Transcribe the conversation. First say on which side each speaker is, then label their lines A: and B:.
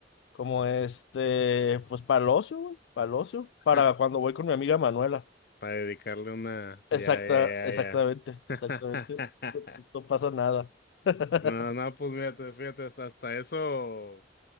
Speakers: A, on the left; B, on the left.
A: como este, pues para el ocio, güey, para el ocio,
B: <laughs>
A: para cuando voy con mi amiga Manuela.
B: Para dedicarle una,
A: Exacta,
B: ya, ya,
A: exactamente,
B: ya, ya. <laughs>
A: exactamente. No, pues, no pasa nada. <laughs>
B: No, no, pues mírate, fíjate, hasta hasta eso.